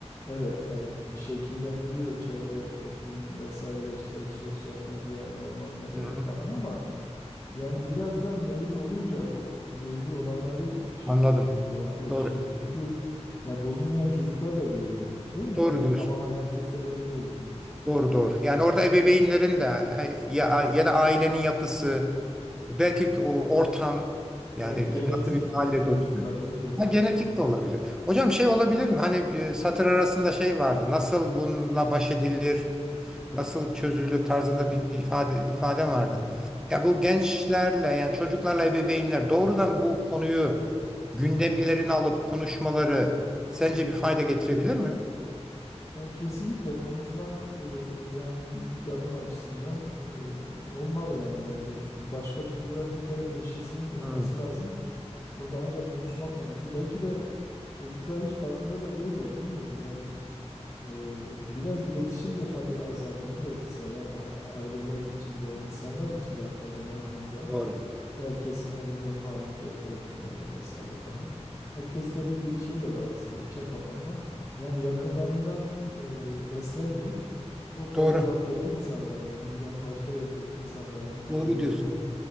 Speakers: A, on the left; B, in the centre.
A: evet yani şekillendiriyor çevre, toplum vesaire işte sosyal medya, normal medya
B: Hı.
A: falan ama yani biraz da meyil olunca o, o meyili olanları şekillendiriyor
B: anladım.
A: o ölçüde.
B: Doğru.
A: Çünkü ya bozulmayan çocuklar da görüyorum. Değil mi?
B: Doğru
A: Hani
B: diyorsun.
A: tamamen herkes de böyle değil yani.
B: Doğru doğru. Yani orada ebeveynlerin de he- ya ya da ailenin yapısı belki o ortam yani
A: Evet genetik
B: nasıl bir mahallede
A: belki unsurlar
B: oturuyorsun.
A: bilmiyorum
B: Ha
A: genetik.
B: genetik de olabilir. Hocam şey olabilir mi? Hani e, satır arasında şey vardı. Nasıl bununla baş edilir? Nasıl çözülür tarzında bir ifade ifade vardı. Ya bu gençlerle yani çocuklarla ebeveynler doğrudan bu konuyu gündemlerini alıp konuşmaları sence bir fayda getirebilir mi?
A: Yani kesinlikle konuşmak e, yani bir ilk adım açısından e, olmalı yani bence. Çünkü başka türlü zaten bir kere teşhisinin olması
B: Hı,
A: lazım. O da ancak konuşmakla mümkün. Belki de çocuklar hiç farkında da değiller bilmiyorum. Yani e, biraz iletişim de tabii azaldı. Onun da etkisi var. Yani a- aileler içinde, insanlar içinde hatta genel anlamda.
B: doğru.
A: Herkesin elinde malum cep telefonları vesaire falan. Herkeste bir şey de var aslında içe kapanma. Yani yakınlarından e, beslenmeyip çok daha
B: Doğru.
A: uzaktaki insanlardan, dünyanın başka yerindeki insanların fikirlerinden
B: Doğru diyorsun.